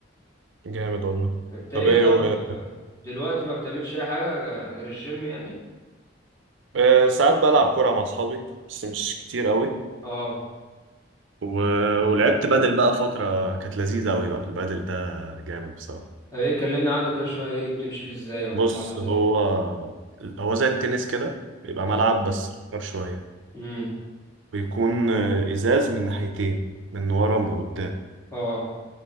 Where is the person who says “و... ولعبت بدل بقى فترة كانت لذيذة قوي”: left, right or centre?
Right